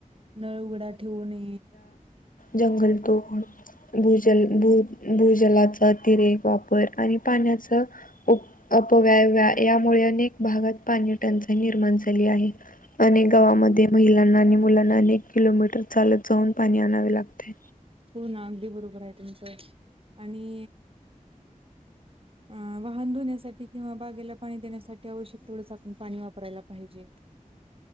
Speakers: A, on the right (about 45°); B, on the left (about 85°).
A: नळ उघडा ठेवणे
B: जंगल त होण भूजल भू भूजलाचा अतिरेक वापर आणि पाण्याचा अपवय यामुळे अनेक भागात पाणी टंचाई निर्माण झाली आहे अनेक
A: हो
B: गावांमध्ये
A: ना हो ना
B: महिलांना आणि मुलांना अनेक किलोमीटर चालत जाऊन पाणी आणावे लागते
A: हो ना अगदी बरोबर आहे तुमचं आणि अ वाहन धुण्यासाठी किंवा बागेला पाणी देण्यासाठी आवश्यक तेथोडंच आपण पाणी वापरायला पाहिजे